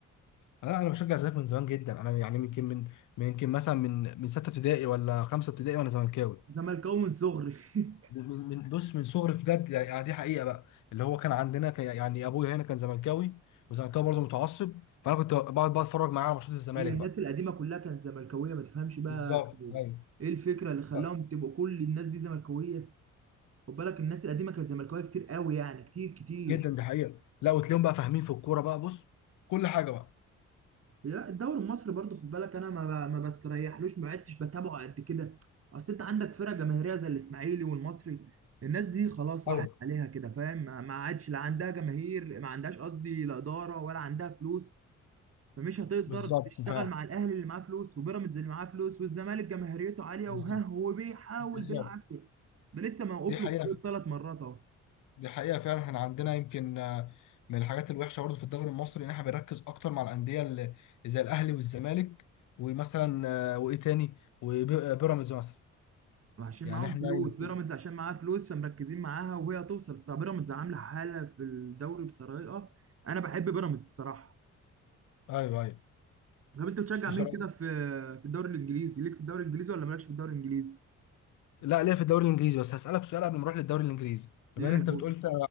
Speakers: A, on the left; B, on the right.
A: لا انا بشجع الزمالك من زمان جدا انا يعني يمكن من من يمكن مثلا من من سته ابتدائي ولا خمسه ابتدائي وانا زملكاوي
B: زملكاوي من صغري <laughs>
A: من من- بص من صغري بجد يعني دي حقيقه بقى اللي هو كان عندنا كان يعني ابويا هنا كان زملكاوي وزملكاوي برضه متعصب فانا كنت بقعد بقى اتفرج معاه على ماتشات الزمالك
B: هي الناس
A: بقى
B: القديمه كلها كانت زملكاويه ما تفهمش بقى
A: بالظبط
B: كانوا
A: ايوه
B: ايه الفكره اللي خلاهم
A: ف-
B: تبقوا كل الناس دي زملكاويه خد بالك الناس القديمه كانت زملكاويه كتير قوي يعني كتير كتير
A: جدا دي حقيقه لا وتلاقيهم بقى فاهمين في الكوره بقى بص كل حاجه بقى
B: لا الدوري المصري برضو خد بالك انا ما ما بستريحلوش ما عدتش بتابعه قد كده اصل انت عندك فرقه جماهيريه زي الاسماعيلي والمصري الناس دي خلاص راحت
A: ايوه
B: عليها كده فاهم ما ما عادش لا عندها جماهير ما عندهاش قصدي لا اداره ولا عندها فلوس فمش هتقدر
A: بالظبط
B: تشتغل
A: ف
B: مع الاهلي اللي معاه فلوس وبيراميدز اللي معاه فلوس والزمالك جماهيريته عاليه
A: بالظبط
B: وها هو بيحاول
A: بالظبط
B: بالعافيه ده لسه موقف
A: دي حقيقه
B: له ثلاث مرات اهو.
A: دي حقيقة فعلا احنا عندنا يمكن آه، من الحاجات الوحشة برضه في الدوري المصري ان احنا بنركز اكتر مع الأندية اللي زي الأهلي والزمالك ومثلا آه، وايه تاني وبيراميدز مثلا
B: عشان
A: يعني
B: معاهم
A: احنا
B: فلوس
A: يمكن
B: بيراميدز عشان معاها فلوس فمركزين معاها وهي هتوصل بس بيراميدز عامله حاله في الدوري بطريقه انا بحب بيراميدز الصراحه
A: ايوه ايوه
B: طب انت بتشجع
A: بسرعة
B: مين كده في في الدوري الانجليزي ليك في الدوري الانجليزي ولا مالكش في الدوري الانجليزي
A: لا ليه في الدوري الانجليزي بس هسألك سؤال قبل ما نروح للدوري الانجليزي
B: ايه
A: بما
B: يا
A: ان انت
B: بص
A: بتقول انت